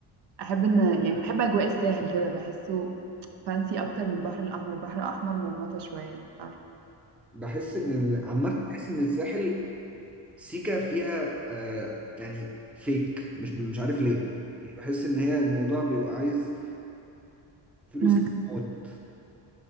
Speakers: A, on the right (about 65°); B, in the centre.
A: أحب إن يعني بحب أجواء الساحل كده بحسه فانسي أكتر من البحر الأحمر البحر الأحمر مرمطة شوية مش عارفة
B: بحس ان ال- عامة بحس ان الساحل سيكا فيها آه يعني فيك مش مش عارف ليه يعني بحس ان هي الموضوع بيبقى عايز فلوس
A: مم.
B: كتير موت.